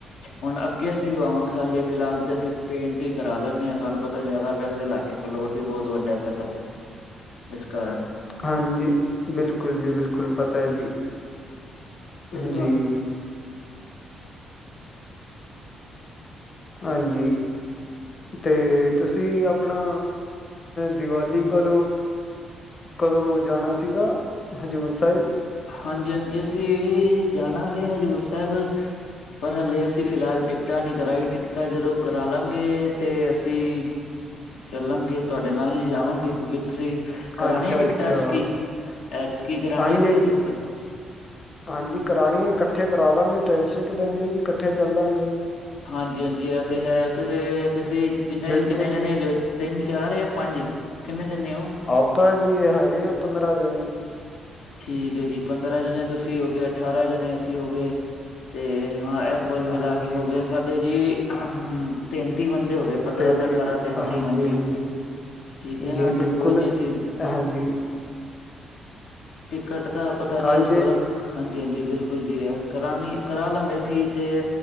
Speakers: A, on the left; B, on the left.
A: ਹੁਣ ਅੱਗੇ ਅਸੀਂ ਲਵਾਵਾਂਗੇ ਹਾਲੇ ਫਿਲਹਾਲ ਤੇ ਅਸੀਂ ਪੇਂਟ। ਪੇਂਟ ਕਰਾ ਲੈਂਦੇ ਹਾਂ ਤੁਹਾਨੂੰ ਪਤਾ ਜ਼ਿਆਦਾ ਪੈਸੇ ਲੱਗ ਗਏ ਪਲੋਟ ਵੀ ਬਹੁਤ ਵੱਡਾ ਸਾਡਾ। ਇਸ ਕਾਰਨ।
B: ਹਾਂਜੀ ਬਿਲਕੁਲ ਜੀ ਬਿਲਕੁਲ ਪਤਾ ਹੈ
A: ਜੀ।
B: ਜੀ-ਜੀ।
A: ਕਿਉਂਕਿ ਹੁਣ
B: ਹਾਂਜੀ ਤੇ ਤੁਸੀਂ ਆਪਣਾ। ਦੀਵਾਲੀ ਕੋਲ ਕਦੋਂ ਜਾਣਾ ਸੀਗਾ ਹਜ਼ੂਰ ਸਾਹਿਬ।
A: ਹਾਂਜੀ - ਹਾਂਜੀ ਅਸੀਂ ਜਾਣਾ ਵੇ ਹਜ਼ੂਰ ਸਾਹਿਬ। ਪਰ ਹਲੇੇ ਅਸੀਂ ਫਿਲਹਾਲ ਟਿਕਟਾਂ ਨਹੀਂ ਕਰਾਈ ਟਿਕਟਾਂ ਜਦੋਂ ਕਰਾ ਲਾਂਗੇ ਤੇ ਅਸੀਂ। ਚੱਲਾਂਗੇ ਤੁਹਾਡੇ ਨਾਲ ਹੀ ਜਾਵਾਂਗੇ ਕਿਉਂਕਿ ਤੁਸੀਂ। ਕਰਾਣੀ
B: ਅੱਛਾ-ਅੱਛਾ,
A: ਟਿਕਟਾਂ ਅਤਕੀ ਐਤਕੀ ਕਰਾਣੀ
B: ਹਾਂਜੀ-ਹਾਂਜੀ।
A: ਤੁਸੀਂ
B: ਹਾਂਜੀ
A: ਟਿਕਟ।
B: ਹਾਂਜੀ ਕਰਾਣੀ ਹੈ ਇਕੱਠੀ। ਇਕੱਠੇ ਕਰਾ ਲਵਾਂਗੇ ਟੈਂਸ਼ਨ ਕਿਉਂ ਲੈਂਦੇ ਹੋ ਜੀ ਇਕੱਠੇ ਚੱਲ ਲਾਂਗੇ।
A: ਹਾਂਜੀ- ਹਾਂਜੀ ਐ ਤੇ ਹੈ ਤੇ ਤੁਸੀਂ ਜਿੰਨੇ
B: ਬਿਲਕੁਲ,
A: ਕਿੰਨੇ ਜਾਣੇ ਹੋ ਜੋ। ਤਿੰਨ ਚਾਰ ਯਾ ਪੰਜ ਕਿੰਨੇ ਜਣੇ ਹੋ।
B: ਆਪਾਂ ਜੀ ਹੈਗੇ ਆ ਪੰਦਰਾਂ ਜਾਣੇ।
A: ਠੀਕ ਹੈ ਜੀ ਪੰਦਰਾਂ ਜਣੇ ਤੁਸੀਂ ਹੋ ਗਏ ਅਠਾਰਾਂ ਜਣੇ ਅਸੀਂ ਹੋ ਗਏ ਤੇ ਹਾਂ। ਕੁੱਲ ਮਿਲਾ
B: ਹਾਂਜੀ,
A: ਕੇ ਹੋ ਗਏ ਸਾਡੇ ਜੀ ਹਮ। ਤੇਤੀ ਬੰਦੇ ਹੋ ਗਏ ਪੰਦਰਾਂ
B: ਤੇ-ਤੇ
A: ਤੇ ਅਠਾਰਾਂ ਤੇਤੀ
B: ਹਾਂਜੀ-ਹਾਂਜੀ,
A: ਹਾਂਜੀ। ਠੀਕ ਹੈ
B: ਜੀ
A: ਨਾ
B: ਬਿਲਕੁਲ।
A: ਤੇ ਕੋਈ ਨੀ ਅਸੀਂ
B: ਹਾਂਜੀ,
A: ਟਿਕਟ ਤਾਂ ਪਤਾ ਨਹੀਂ
B: ਹਾਂਜੀ-ਹਾਂਜੀ।
A: ਇਸ ਵਾਰ ਹਾਂਜੀ-ਹਾਂਜੀ ਬਿਲਕੁਲ ਜੀ ਆ ਕਰਾਂਣੀ ਕਰਾ ਲਾਂਗੇ ਸੀ ਤੇ